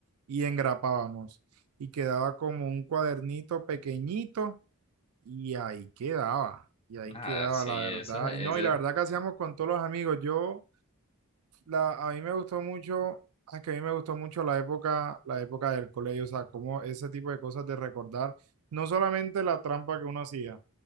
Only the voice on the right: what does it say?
y engrapábamos y quedaba como un cuadernito pequeñito y ahí quedaba, y ahí
quedaba
la
verdad.
Y no, y la verdad que hacíamos con todos los amigos, yo, la, a mí me gustó mucho. Es que a mí me gustó mucho la época, la época del colegio, o sea, como ese tipo de cosas de recordar, no solamente la trampa que uno hacía,